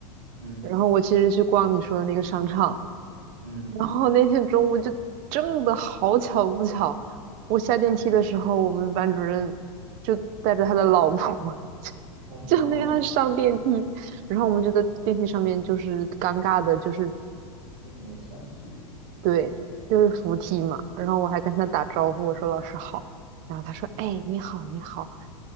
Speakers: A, on the right; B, on the right.
A: 嗯
B: 然后我其实去逛你说的那个商场，
A: 嗯
B: 然后那天中午就真的好巧不巧，我下电梯的时候，我们班主任就带着他的老婆 <laughs>
A: ，Oh no，
B: 就那样上电梯，然后我们就在电梯上面就是尴尬的，就是
A: 面面相觑，
B: 对，就是扶梯嘛。然后我还跟他打招呼，我说老师好。然后他说，哎，你好，你好。